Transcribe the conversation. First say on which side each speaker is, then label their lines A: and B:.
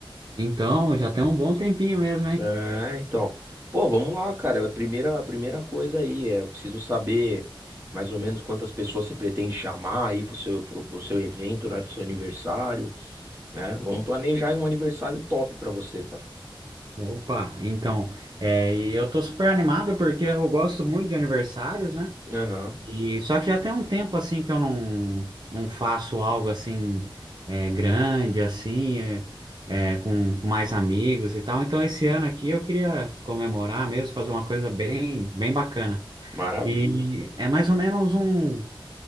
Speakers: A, on the right; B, on the right.
A: Então, já tem um bom tempinho mesmo, hein?
B: É, então. Pô, vamos lá, cara. É A primeira, a primeira coisa aí é, eu preciso saber mais ou menos quantas pessoas você pretende chamar aí pro seu, pro, pro seu evento, né? Pro seu aniversário, né? Vamos planejar aí um aniversário top pra você, cara.
A: Opa, então, é, e eu tô super animado porque eu gosto muito de aniversários, né?
B: Aham.
A: E só que já tem um tempo assim que eu não, não faço algo assim é, grande, assim, é, é, com, com mais amigos e tal. Então, esse ano aqui eu queria comemorar mesmo, fazer uma coisa bem, bem bacana.
B: Maravilha.
A: E é mais ou menos um,